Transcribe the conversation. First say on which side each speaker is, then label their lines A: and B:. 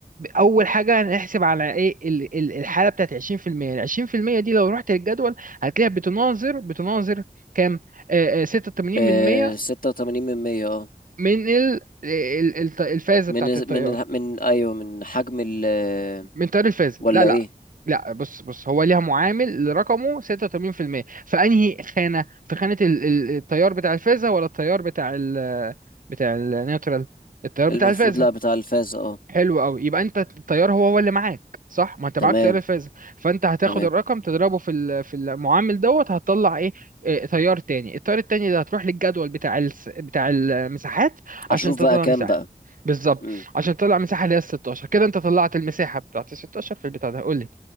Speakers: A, on the right; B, on the left.
A: اول حاجه هنحسب على ايه ال- ال- الحاله بتاعت 20% ال 20% دي لو رحت للجدول هتلاقيها بتناظر بتناظر كام آه آه 86%
B: آه
A: من مية
B: ستة وتمانين من مية اه
A: من ال ال- ال- الفازه
B: من
A: بتاعت التيار
B: من من ايوه من حجم ال آه،
A: من تيار الفازه
B: ولا
A: لا لا
B: ايه
A: لا بص بص هو ليها معامل رقمه 86% فانهي خانه في خانه ال- ال- التيار بتاع الفازه ولا التيار بتاع ال بتاع النيوترال التيار بتاع
B: المفروض
A: الفازه
B: لا بتاع الفازة اه
A: حلو قوي يبقى انت التيار هو هو اللي معاك صح ما انت معاك
B: تمام
A: تيار الفازة فانت هتاخد
B: تمام
A: الرقم تضربه في ال- في المعامل دوت هتطلع ايه اه، تيار تاني التيار التاني ده هتروح للجدول بتاع الس... بتاع المساحات عشان
B: اشوف
A: تطلع
B: بقى كام
A: مساحة
B: بقى
A: بالظبط
B: مم.
A: عشان تطلع مساحة اللي هي ال 16 كده انت طلعت المساحة بتاعت ال 16 في البتاع ده قول لي